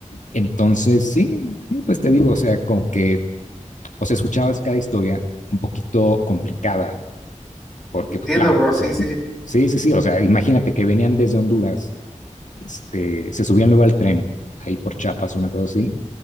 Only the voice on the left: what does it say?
Entonces, sí, sí, pues te digo, o sea, como que, o sea, escuchabas cada historia un poquito complicada, porque,
pues claro,
o
sea,
sí, sí, sí, o sea, imagínate que venían desde Honduras, este, se subían luego al tren, ahí por Chiapas, una cosa así,